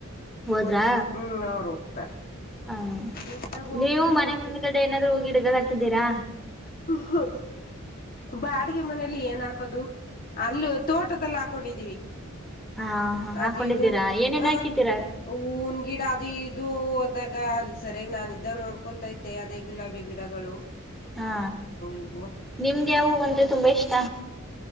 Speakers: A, in the centre; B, on the left.
A: ಹೋದ್ರಾ
B: ಹ್ಮ್ ಅವ್ರು ಹೋಗ್ತಾರೆ
A: ಹ
B: ಇದ್ದಾಗ ಹೋಗ್ತಾರೆ
A: ನೀವು ಮನೆ
B: ಇಲ್ತಿ
A: ಮುಂದ ಗಡೆ ಏನಾದ್ರೂ ಹೂಗಿಡ ದ ಹಾಕಿದ್ದೀರಾ
B: ಹ ಹಾ ಬಾಡಿಗೆ ಮನೇಲಿ ಏನ್ ಹಾಕದು ಅಲ್ಲಿ ತೋಟದಲ್ಲಿ ಹಾಕೊಂಡಿದೀವಿ
A: ಹಾ ಹಾ ಹಾಕೊಂಡಿದ್ದೀರಾ
B: ಅದ ಇದು
A: ಏನೇನ್
B: ಹಾ
A: ಹಾಕಿದ್ದೀರಾ
B: ಹೂವಿನ್ ಗಿಡ ಅದ ಇದು ಹೋದಾಗ ಅಲ್ ಸರಿಯಾಗಿ ನಾನ ಇದ್ದಾಗ ನೋಡ್ಕೊಂತಾ ಇದ್ದೆ ಅದೇ ಗುಲಾಬಿ ಗಿಡಗಳು
A: ಹಾ
B: ಇವು
A: ನಿಮ್ಗೆ್ ಯಾಹೂವು ಅಂದ್ರೆ ತುಂಬಾ ಇಷ್ಟ